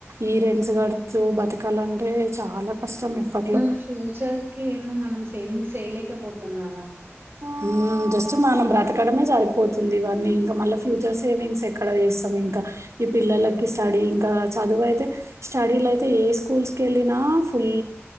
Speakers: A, on the right; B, on the right.
A: ఈ రెంట్స్ కడుతూ బతుక కాలంటే చాలా కష్టం ఇప్పట్లో
B: హ్మ్. ఫ్యూచర్‌కి ఏమో సేవింగ్స్ చేయలేకపోతునము
A: హ్మ్మ్ జస్ట్ మనం బ్రతకడమే సరిపోతుంది ఇవన్నీ ఇంకా మళ్ళా ఫ్యూచర్ సేవింగ్స్ ఎక్కడ చేస్తాం ఇంకా ఈ పిల్లలకి
B: హ్మ్.
A: స్టడీ ఇంకా చదువు అయితే స్టడీలు అయితే ఏ స్కూల్స్ కి వెళ్ళినా ఫుల్